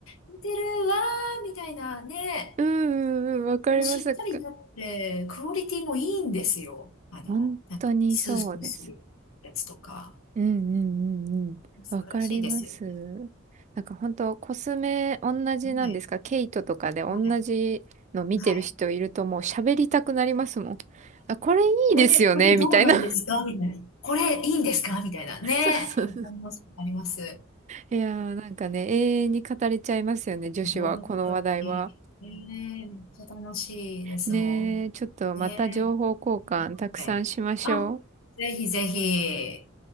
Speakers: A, on the left; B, on the right.
A: 似てるわー、みたいなね。
B: うんうんうん、わかります。
A: もうしっかりだって、クオリティもいいんですよ。あの、
B: 本当にそうです。
A: なんか、スースーするやつとか。
B: うんうんうんうん。
A: 素晴らしいですよ
B: わかります。なんか本当コスメ同じなんですかケイトとかで同じの見てる人いるともう喋りたくなりますもん。
A: ね。はい。はい。はい。
B: あ、これいいですよねみたいな。
A: これ、これどうなんですかみたいな。これいいんですかみたいな。
B: <laughs>
A: ね。
B: そうそう
A: あります。あります。
B: いやーなんかね、永遠に語れちゃいますよね、女子は、
A: 本当に。
B: この話題は。
A: ねえ、めっちゃ楽しいですもん。
B: ねえ、ちょっとまた情報交換たくさんしましょう。
A: ねえ。はい。あ、ぜひぜひ。